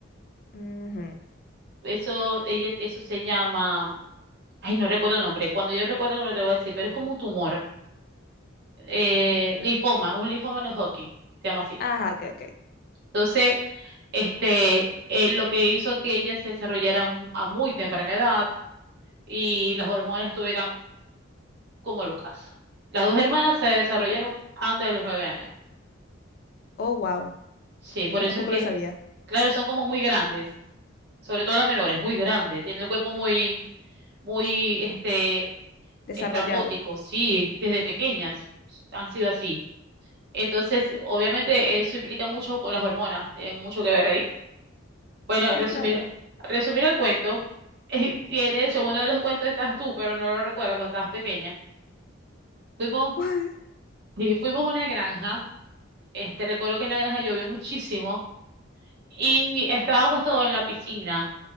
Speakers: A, on the left (about 50°); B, on the right (about 55°).
A: Ujú.
B: Eso, ella, eso se llama, ay, no recuerdo el nombre. Cuando yo recuerdo el nombre te lo voy a decir, pero es como un tumor, eh,
A: Ah, ok.
B: linfoma, un linfoma de Hodgkin se llama así.
A: Ajá, ok, ok.
B: Entonces, este, eh, lo que hizo que ella se desarrollara mu- a muy temprana edad y las hormonas estuvieran como el ocaso. Las dos hermanas se desarrollaron antes de los nueve años.
A: Oh, wow.
B: Sí,
A: Eso
B: por eso
A: tampoco
B: es que,
A: lo sabía.
B: claro, son como muy grandes, sobre todo la menor, es muy grande, tiene el cuerpo muy, muy, este,
A: Desarrollado.
B: estrambótico, sí, desde pequeñas han sido así. Entonces, obviamente, eso implica mucho con las hormonas, tiene mucho que ver ahí. Bueno,
A: Sí,
B: resumir,
A: claro.
B: resumir el cuento, <laughs> eh, y de hecho, uno de los cuentos estás tú, pero no lo recuerdas porque estabas pequeña. Fuimos,
A: Guau.
B: sí, fuimos a una granja, este, recuerdo que en la granja llovió muchísimo Y estábamos todos en la piscina.